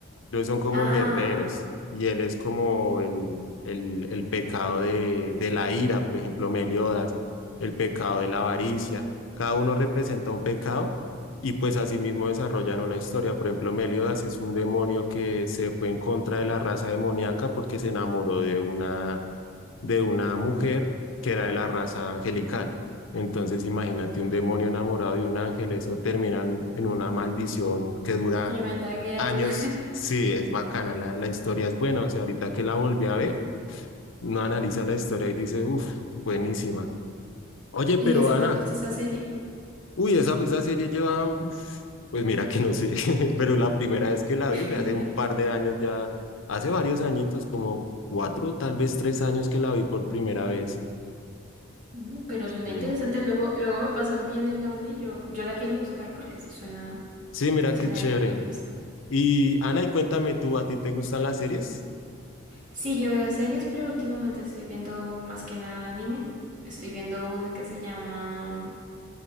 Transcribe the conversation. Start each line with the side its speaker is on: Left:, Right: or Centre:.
Left: Los son como
Right: Ah,
Left: guerreros y él es como
Right: ok.
Left: el, el, el pecado de, de la ira, por ejemplo, Meliodas, el pecado de la avaricia. Cada uno representa un pecado y pues asimismo desarrollan una historia. Por ejemplo, Meliodas es un demonio que se fue en contra de la raza demoníaca porque se enamoró de una, de una mujer que era de la raza angelical. Entonces, imagínate un demonio enamorado de un ángel, eso terminan en una maldición que dura
Right: Tremenda guerra.
Left: años,
Right: <laughs>
Left: sí, es bacana, la, la historia es buena, o sea, ahorita que la volví a ver, uno analiza la historia y dice, uff, buenísima. Oye,
Right: ¿Y
Left: pero
Right: de hace
Left: Ana,
Right: cuánto está esa serie?
Left: uy, esa, esa serie lleva, uf, pues mira que no sé, <laughs> pero la primera vez que la
Right: <laughs>
Left: vi fue hace un par de años ya, hace varios añitos, como cuatro, tal vez tres años que la vi por primera vez.
Right: Mm, Pero suena
Left: Sí,
Right: interesante. Luego, luego me pasas bien el nombre y yo, yo la quiero buscar porque sí suena.
Left: sí, mira
Right: Suena
Left: qué chévere.
Right: ahí curiosa.
Left: Y Ana, y cuéntame tú, ¿a ti te gustan las series?
Right: Sí, yo veo series, pero últimamente estoy viendo más que nada anime. Estoy viendo una que se llama